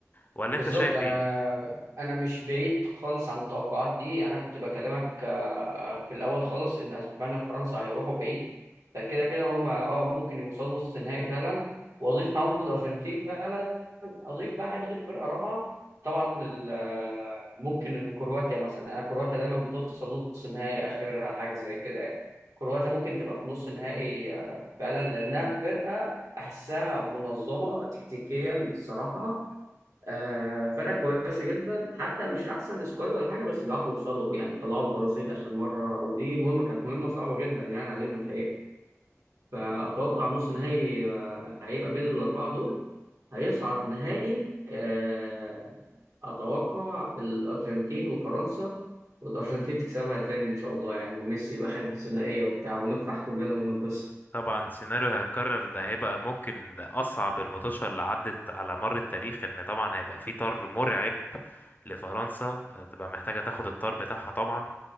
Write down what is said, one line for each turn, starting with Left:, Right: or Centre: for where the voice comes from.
Left: ولا
Right: بالظبط
Left: انت شايف
Right: انا
Left: ايه
Right: انا مش بعيد خالص عن التوقعات دي يعني انا كنت بكلمك آه، في الاول خالص ان اسبانيا وفرنسا هيروحوا بعيد فكده كده هم اه ممكن يوصلوا نص نهائي فعلا واضيف معاهم الارجنتين فعلا اضيف بقى احب اضيف فرقه رابعه طبعا ال- آه، ممكن إن كرواتيا مثلا انا كرواتيا دايما بتوصل نص نهائي اخرها حاجه زي كده يعني كرواتيا ممكن تبقى في نص نهائي آه، فعلا لانها فرقه بحسها منظمه تكتيكيا الصراحه آه، فرقة كويسة جدا حتى مش أحسن سكواد ولا حاجة بس بيعرفوا يوصلوا يعني طلعوا البرازيل آخر مرة ودي مهمة كانت مهمة صعبة جدا يعني عليهم الحقيقة فأتوقع نص نهائي آه، هيبقى بين الأربعة دول هيصعد نهائي آه، أتوقع الأرجنتين وفرنسا والأرجنتين تكسبها تاني إن شاء الله يعني وميسي يبقى خد الثنائية وبتاع ونفرح كلنا وننبسط
Left: طبعا سيناريو هيتكرر ده هيبقى ممكن ده أصعب المطاشة اللي عدت على مر التاريخ إن طبعا هيبقى في طار مرعب لفرنسا تبقى محتاجة تاخد الطار بتاعها طبعا